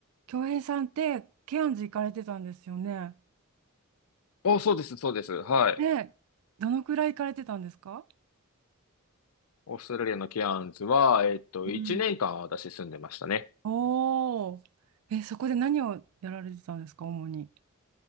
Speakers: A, on the right; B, on the left.
A: 京平さんって、ケアンズ行かれてたんですよね。
B: お、そうです、そうです。はい。
A: で、どのくらい行かれてたんですか
B: オーストラリアのケアンズは、えっと、
A: うん、
B: 1年間私住んでましたね。
A: おー。え、そこで何をやられてたんですか、主に。